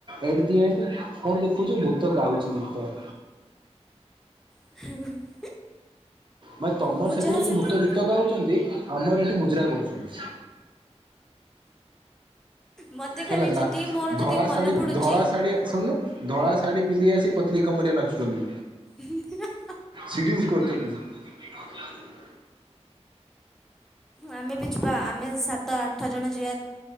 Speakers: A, on the right (about 45°); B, in the centre.
A: ଏଟ୍ ଦି ଏଣ୍ଡ୍ କଣ ଦେଖୁ ଯେ, ଭୂତ ଗାଉଛି ଗୀତ।
B: <unintelligible>
A: ବାଇ ତମର
B: ମୁଁ
A: ସେପଟେ
B: ଯାହା
A: ଯଦି
B: ସେଥିରେ
A: ଭୂତ ଗୀତ ଗାଉଚନ୍ତି! ଆମର ଏଠି ମୁଜୁରା କରୁଛନ୍ତି
B: ମତେ ଖାଲି
A: ହେଲା ନା
B: ଯେତିକି ମୋର ଯେତିକି
A: ଧଳା
B: ମନେ
A: ଶାଢୀ
B: ପଡୁଛି
A: ଧଳା ଶାଢୀ ଶୁଣନୁ ଧଳା ଶାଢୀ ପିନ୍ଧି ଆସି ପ କଲି କମରେ ନାଚୁଛନ୍ତି
B: ହିଁ ହିଁ ହାଁ ହାଁ
A: ସିଡି ଇୟୁଜ କରୁଛନ୍ତି ନି <inaudible>
B: ଆମେ ବି ଯିବା ଆମେ ସାତ ତ ଆଠ ଜଣ ଯିବା